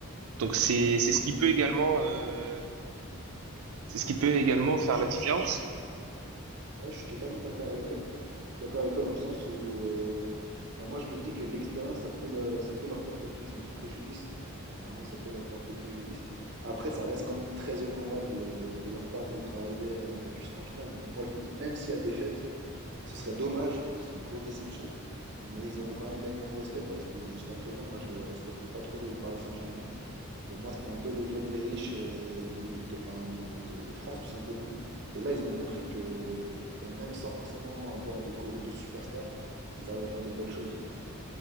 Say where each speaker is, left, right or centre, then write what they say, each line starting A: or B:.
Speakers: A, on the right; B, on the right.
A: Donc c'est c'est ce qui peut également euh, c'est ce qui peut également faire
B: je-
A: la
B: je-
A: différence.
B: je Ouais, je suis totalement d'accord avec toi. Je suis d'accord avec toi dans le sens où euh, bah, moi je me dis que l'expérience ça peut le- ça peut leur porter préju- préjudice. Vraiment, ça peut leur porter préjudice. Après, ça reste quand même très honorable euh, de leur part d'être arrivé euh, jusqu'en finale. Donc moi je me dis même s'il y a défaite, ce serait dommage, ce serait une grosse déception, mais ils auront quand même gagné mon respect parce que jusqu'à présent moi je respecte pas trop le Paris Saint-Germain. Pour moi, c'était un peu le club des riches euh, de l'équipe de, enfin, de, de- de France, tout simplement. Et là, ils ont montré que, bon, même sans forcément avoir de, gros- de superstars, ils arrivent à faire de belles choses.